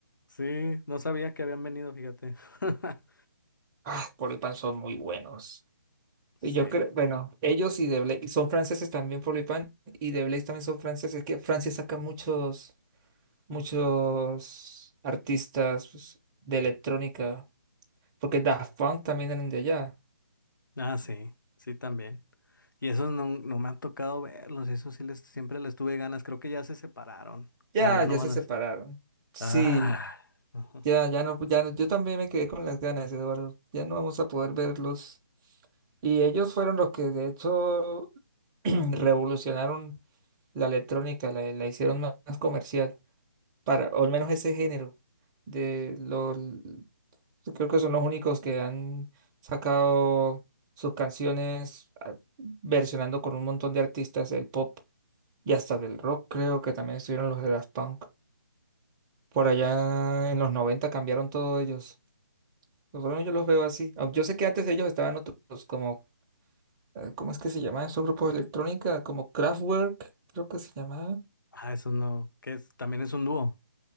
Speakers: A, on the left; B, on the right.
A: sí, no sabía que habían venido, fíjate. <laughs>
B: Ah, Colipan son muy buenos.
A: Sí.
B: Y Yo creo, bueno, ellos y The Blaze son franceses también, Pan y The Blaze también son franceses, que Francia saca muchos, muchos artistas pues, de electrónica, porque Daft Punk también eran de allá.
A: Ah, sí, sí también. Y esos no, no me han tocado verlos, esos sí les, siempre les tuve ganas, creo que ya se separaron
B: Ya,
A: o ya
B: ya
A: no van
B: se separaron.
A: a ser.
B: Sí,
A: Ah, <laughs> ajá.
B: ya, ya no, ya no, yo también me quedé con las ganas, Eduardo. Ya no vamos a poder verlos. Y ellos fueron los que de hecho <clears throat> revolucionaron la electrónica, la, la hicieron más más comercial. para, o al menos ese género de los, yo creo que son los únicos que han sacado sus canciones ah, versionando con un montón de artistas del pop y hasta del rock, creo que también estuvieron los de Daft Punk. Por allá en los 90 cambiaron todos ellos. Por lo menos yo los veo así. Aunque Yo sé que antes de ellos estaban otros como, eh, ¿cómo es que se llamaban esos grupos de electrónica? Como Kraftwerk, creo que se llamaba.
A: ah, esos no, que es, también es un dúo.